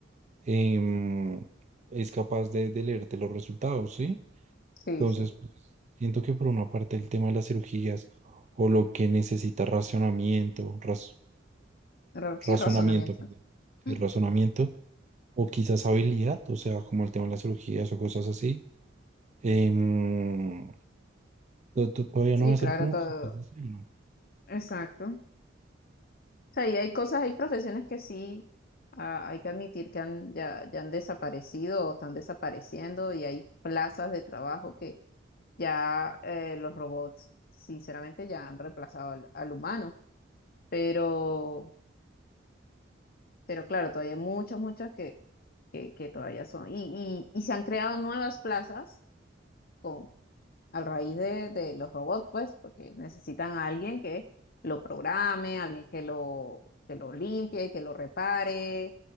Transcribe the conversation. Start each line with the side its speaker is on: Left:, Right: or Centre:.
Right: em, es capaz de, de leerte los resultados, ¿sí?
Left: Sí,
Right: Entonces,
Left: sí.
Right: pues, siento que por una parte el tema de las cirugías o lo que necesita razonamiento, raz-
Left: Ra-
Right: razonamiento,
Left: Sí, razonamiento.
Right: perdón, sí,
Left: <laughs>
Right: razonamiento, o quizás habilidad, o sea, como el tema de las cirugías o cosas así, em, to- to- todavía
Left: Sí,
Right: no va a ser
Left: claro,
Right: como
Left: todo.
Right: capaz de hacerlo.
Left: Exacto. O sea, y hay cosas, hay profesiones que sí ah, hay que admitir que han, ya, ya han desaparecido o están desapareciendo y hay plazas de trabajo Ya eh, los robots, sinceramente, ya han reemplazado al, al humano, pero, pero claro, todavía hay muchos, muchos que, que, que todavía son. Y, y, y se han creado nuevas plazas con, a raíz de, de los robots, pues, porque necesitan a alguien que lo programe, alguien que lo, que lo limpie, que lo repare,